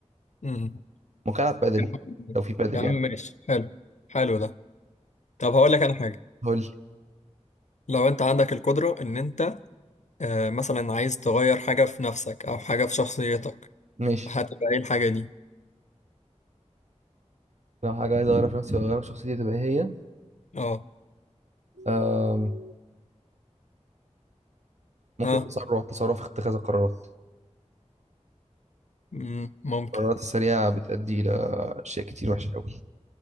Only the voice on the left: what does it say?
امم
يا عم
يا عم
ماشي حلو حلو ده طب هقول لك انا حاجه
لو انت عندك القدره ان انت آه، مثلا عايز تغير حاجه في نفسك او حاجه في شخصيتك
هتبقى ايه الحاجه دي
اه
ها
مم، ممكن